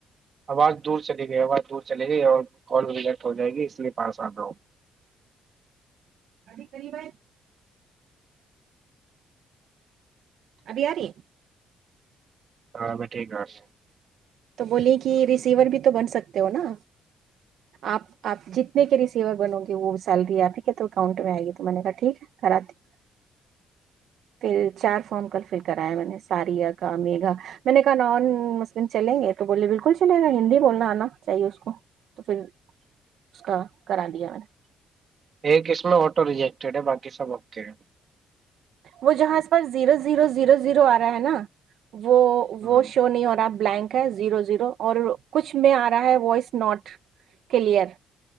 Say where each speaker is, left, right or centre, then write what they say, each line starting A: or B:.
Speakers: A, on the right; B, on the right.
A: آواز دور چلی گئی آواز دور چل گئی اور کال رجیکٹ ہو جائے گی اس لیے پاس آ رہا ہوں
B: ابھی قریب ہے ابھی آ رہی
A: ہاں میں ٹھیک آس
B: تو بولیے کہ ریسیور بھی تو بن سکتے ہو نا آپ آپ جتنے کے ریسیور بنو گے وہ سیلری آپ ہی کہ تو اکاؤنٹ میں آئے گی تو میں نے کہا ٹھیک ہے کرای پھر چار فارم
A: ہوں.
B: کل فل کرایا میں نے ساریا کا میگا میں نے کہا نان م چلیں گے تو بولے بالکل چلے گا ہندی بولنا آنا چاہیے اس کو تو پھر اس کا کرا دیا میں نے
A: ایکس میں آٹو ریجیکٹیڈ ہے باقی سب اک ہے
B: وہ جہاں اس پاس زیرو زیرو زیرو زیرو آ رہا ہے نا وہ
A: ہوں،
B: وہ شو نہیں اور آپ بلینک زیرو زیرو اور کچھ میں آ رہا ہے وائس ناٹ کلیئر